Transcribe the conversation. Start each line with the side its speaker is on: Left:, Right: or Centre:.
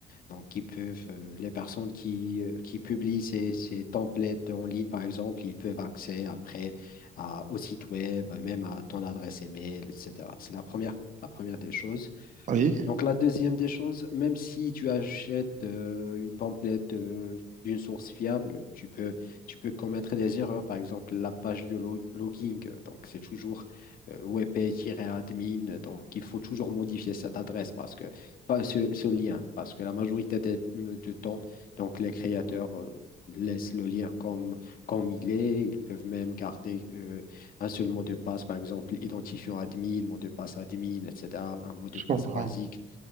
Left: Donc, qui peuvent, euh, les personnes qui, euh, qui publient ces, ces templates en ligne, par exemple, ils peuvent accéder après à- au site web, même à ton adresse email, etc. C'est la première, la première des choses.
Right: Oui,
Left: Donc la deuxième des choses, même si tu achètes euh, une template euh, d'une source fiable, tu peux, tu peux commettre des erreurs. Par exemple, la page de lo- logging, euh, donc c'est toujours euh, wp-admin, donc il faut toujours modifier cette adresse parce que pas ce, ce lien, parce que la majorité des- du temps, donc les créateurs euh, laissent le lien comme, comme il est. Ils peuvent même garder euh, un seul mot de passe, par exemple, identifiant admin, mot de passe admin, etc., un mot
Right: je
Left: de passe
Right: comprends.
Left: basique.